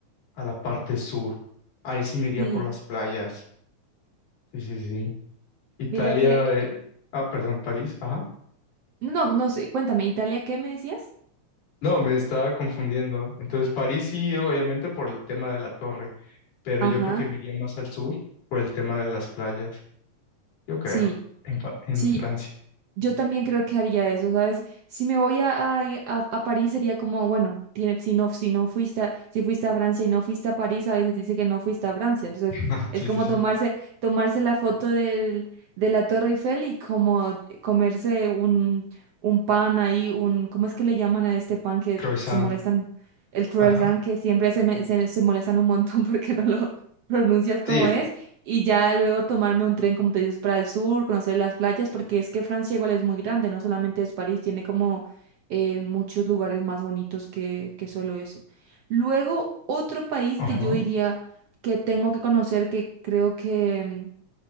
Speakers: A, on the left (about 75°); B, on the right (about 65°).
A: a la parte sur. Ahí sí me iría
B: sí.
A: por las playas. Sí, sí, sí. Italia,
B: Mira que,
A: eh, ah, perdón, París, ajá.
B: no, no sé, cuéntame, ¿Italia qué me decías?
A: No, me estaba confundiendo. Entonces, París sí, obviamente por el tema de la torre, pero
B: Ajá,
A: yo creo que me iría más al sur por el tema de las playas, yo creo,
B: sí,
A: en, Fa- en
B: sí.
A: Francia.
B: Yo también creo que haría eso, ¿sabes? Si me voy a, a, a- a París sería como, bueno, tiene, si no, si no fuiste a, si fuiste a Francia y no fuiste a París, a veces dice que no fuiste a Francia. Entonces,
A: <laughs>
B: es
A: Sí,
B: como
A: sí, sí.
B: tomarse, tomarse la foto del, de la Torre Eiffel y como comerse un, un pan ahí, un, ¿cómo es que le llaman a este pan que
A: Croissant,
B: se molestan? El croissant
A: ajá.
B: que siempre se, me- se, se molestan un montón <laughs> porque no lo pronuncias como
A: Sí,
B: es y ya luego tomarme un tren, como te dices, para el sur, conocer las playas, porque es que Francia igual es muy grande, no solamente es París, tiene como eh, muchos lugares más bonitos que, que solo eso. Luego, otro país
A: ajá.
B: que yo diría que tengo que conocer, que creo que,